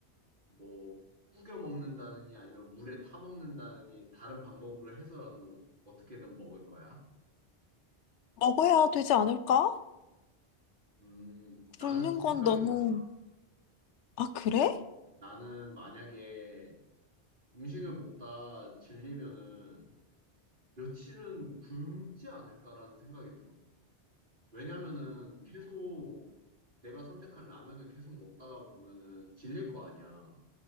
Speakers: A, on the right (about 50°); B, on the left (about 85°).
A: 뭐 구겨 먹는다느니 아니면 물에 타 먹는다느니 다른 방법으로 해서라도 어떻게든 먹을 거야?
B: 먹어야 되지 않을까?
A: 음, 나는
B: 굶는
A: 좀
B: 건
A: 생각이
B: 너무,
A: 달라.
B: 아, 그래?
A: 나는 만약에 음식을 먹다 질리면은 며칠은 굶지 않을까라는 생각이 들어. 왜냐면은 계속 내가 선택한 라면을 계속 먹다가 보면은 질릴 거 아니야.